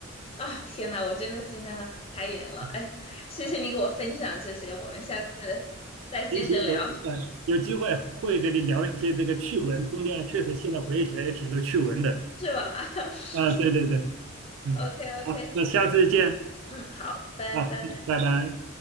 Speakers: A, on the left (about 30°); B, on the right (about 70°).
A: 啊！天呐，我真的今天开眼了，
B: 嗯
A: 哎，谢谢你给我分享这些，我们下次再接着聊，
B: 行行，有呃有机会会跟你聊一些这个趣闻，中间确实现在回忆起来也挺多趣闻的。
A: 是吧 <laughs>
B: 啊，对对对，嗯，
A: ？OK OK，
B: 好，那下次见
A: <laughs> 嗯，好，拜拜。
B: 啊，嗯拜拜。